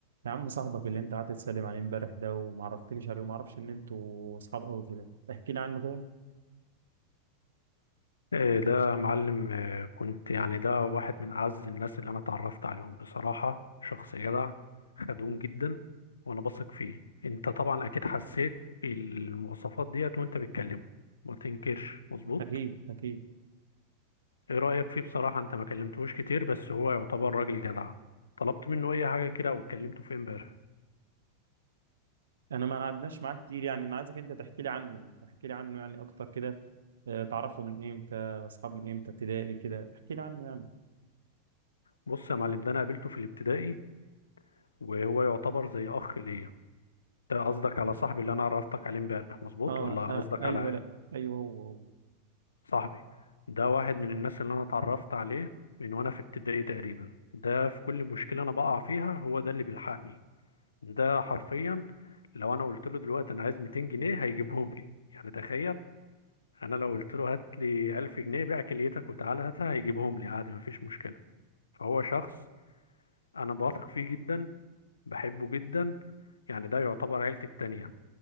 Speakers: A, on the right (about 65°); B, on the left (about 70°).
A: يا عم صاحبك اللي انت قعدت تسلم عليه امبارح ده وما عرفتنيش عليه وما اعرفش ان انتوا اصحاب قوي كده احكي لي عنه كده
B: إيه ده معلم إيه كنت يعني ده واحد من أعز الناس اللي أنا اتعرفت عليهم بصراحة شخص جدع خدوم جدا وأنا بثق فيه أنت طبعا أكيد حسيت بالمواصفات ديت وأنت بتكلمه ما تنكرش مظبوط
A: اكيد اكيد
B: إيه رأيك فيه بصراحة أنت ما كلمتهوش كتير بس هو يعتبر راجل جدع طلبت منه أي حاجة كده أو اتكلمته في إمبارح
A: انا ما قعدناش معاه كتير يعني انا عايزك انت تحكي لي عنه تحكي لي عنه يعني اكتر كده اه، تعرفه من امتى اصحاب من امتى ابتدائي كده احكي لي عنه يعني
B: بص يا معلم ده أنا قابلته في الابتدائي وهو يعتبر زي أخ ليا ده قصدك على صاحبي اللي أنا عرفتك عليه إمبارح مظبوط
A: اه,
B: ولا
A: اه
B: قصدك
A: ايوه
B: على
A: لا ايوه هو هو
B: صاحبي ده واحد من الناس اللي انا اتعرفت عليه من وانا في ابتدائي تقريبا ده في كل مشكلة انا بقع فيها هو ده اللي بيلحقني ده حرفيا لو انا قلت له دلوقتي انا عايز 200 جنيه هيجيبهم لي يعني تخيل انا لو قلت له هات لي 1000 جنيه بيع كليتك وتعالى هاتها هيجيبهم لي عادي مفيش مشكلة فهو شخص انا بثق فيه جدا بحبه جدا يعني ده يعتبر عيلتي التانية